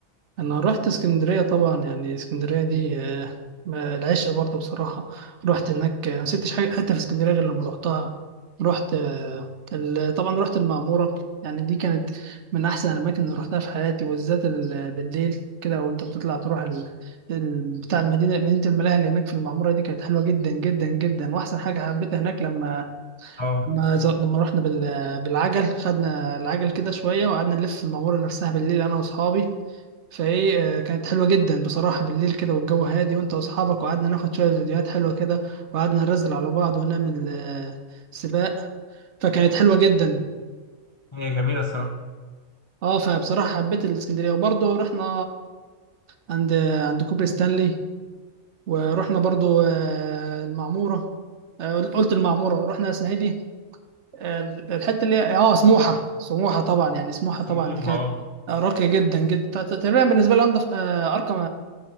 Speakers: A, on the right; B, on the left.
A: انا رحت اسكندريه طبعا يعني اسكندريه دي آه، ما- العشق برضه بصراحه رحت هناك آه، ما سبتش حاجه حتى في اسكندريه غير لما رحتها رحت آه، ال- طبعا رحت المعموره يعني دي كانت من احسن الاماكن اللي رحتها في حياتي وبالذات ال- بالليل كده وانت بتطلع تروح ال... ال- بتاع المدينه مدينه الملاهي اللي هناك في المعموره دي كانت حلوه جدا جدا جدا واحسن حاجه حبيتها هناك لما
B: اه
A: لما ز- لما رحنا بال... بالعجل خدنا العجل كده شويه وقعدنا نلف المعموره نفسها بالليل انا واصحابي فايه آه، كانت حلوه جدا بصراحه بالليل كده والجو هادي وانت واصحابك وقعدنا ناخد شويه فيديوهات حلوه كده وقعدنا نرزل على بعض ونعمل آه، سباق فكانت حلوه جدا
B: هي جميله الصراحه
A: اه فبصراحه حبيت الاسكندريه وبرضه رحنا عند عند كوبري ستانلي ورحنا برضه آه، المعموره آه، قلت المعموره رحنا اسمها ايه دي آه، الحته اللي هي اه سموحه سموحه طبعا يعني سموحه
B: سموحه
A: طبعا دي كانت
B: اه
A: آه، راقيه جدا جدا تقريبا بالنسبه لي انضف آه، ارقى